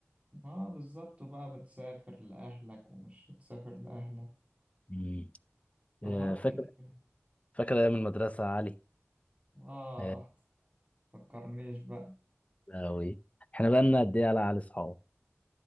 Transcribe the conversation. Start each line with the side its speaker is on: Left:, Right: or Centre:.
Right: اه بالظبط وبقى بتسافر لأهلك ومش تسافر لأهلك
Left: مم.
Right: ده
Left: آه،
Right: حركات
Left: فاكر
Right: كتير
Left: فاكر ايام المدرسه يا علي
Right: اه
Left: آه،
Right: فكرنيش بقى
Left: أوي. احنا بقى لنا قد ايه على علي اصحاب